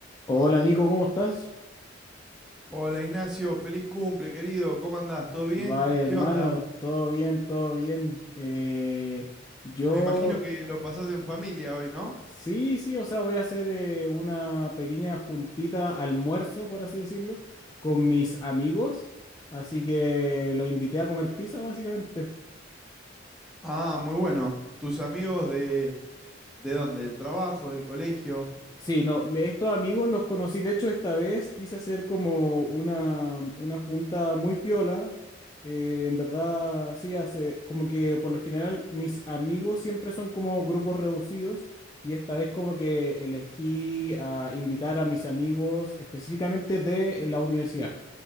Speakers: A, on the left (about 20°); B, in the centre.
A: Hola Nico, ¿cómo estás?
B: Hola Ignacio, feliz cumple, querido. ¿Cómo andás? ¿Todo bien?
A: Va hermano,
B: ¿Qué onda?
A: todo bien, todo bien. Eh, yo
B: Me imagino que lo pasás en familia hoy, ¿no?
A: sí, sí, o sea, voy a hacer eh, una pequeña juntita almuerzo, por así decirlo, con mis amigos. Así que los invité a comer pizza, básicamente.
B: Ah, muy bueno. ¿Tus amigos de, de dónde? ¿Del trabajo, del colegio?
A: Sí, no, me- estos amigos los conocí. De hecho, esta vez quise hacer como una, una junta muy piola. Eh, en verdad, sí, hace como que por lo general mis amigos siempre son como grupos reducidos y esta vez como que elegí a invitar a mis amigos específicamente de eh, la universidad